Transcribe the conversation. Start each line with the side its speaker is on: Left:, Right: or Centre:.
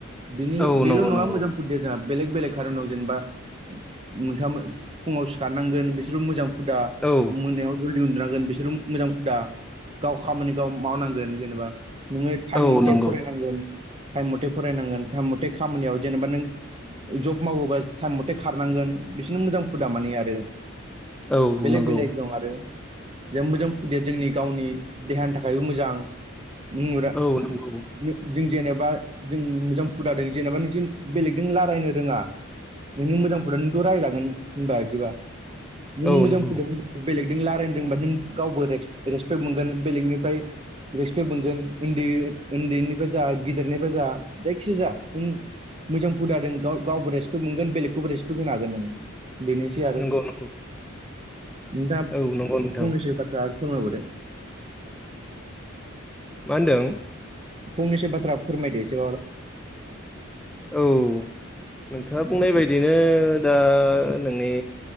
Right: बिनि
Centre: औ
Right: बेल'
Centre: नंगौ
Right: नङा
Centre: नंगौ
Right: मोजां या जोंहा बेलेक बेलेग खारनाव जेनेबा मोनथाम फुङाव सिखारनांगोन बिसोरबो मोजां दा
Centre: औ
Right: मोनायाव जलदि उनदु नां बिसोर मोजां हुदा गाव खामानिखौाव मावनांगोन जेनेबा नोङो टाइम
Centre: औ
Right: मथे
Centre: नंगौ
Right: फरायनांगोन टाइम मथे फरायनांगोन टाइम मथे खामानियाव जेनेबा नों जब मावोबा टाइम मथे खारनांगोन बिसोरनो मोजां हुदा माने आरो
Centre: औ
Right: बेलेग
Centre: नंगौ
Right: बेलेग दं आरो। जे मोजां फुदाया जोंनि गावनि देहानि थाखायबो मोजां
Centre: औ नंगौ
Right: <inaudible> जों जेनेबा जों मोजां फुदादों जेनेबा नों बेलेगजों रायलायनो रोङा नोंनो मोजां फुदा नोंथ' रायजलागोन होनबा बिदिबा नों
Centre: औ
Right: मोजां
Centre: नंगौ
Right: फुदों बेलेगजों रायलायदोंबा नों गावबो रेसपेक्ट मोनगोन बेलेगनिफ्राय रिसफेक मोनगोन उन्दै उन्दैनिफ्राय जा गिदिरनिफ्राय जा जायखिया जा मोजां फुदादजों गाव गावबो रेसपेक्ट मोनगोन बेलेगखौबो रेसपेक्ट होन हागोन आ बेनोै ए आरो
Centre: नंगौ
Right: नोंथाङा
Centre: नंगौ औ नंगौ नोंथां
Right: फंनैसो बाथ्रा आरो फोरमायबोदों।
Centre: मा होनदों?
Right: फंनैसो बाथ्रा फोरमायदो एसेबाबो।
Centre: औ नोंथाङा बुंनाय बायदिनो दा नोंनि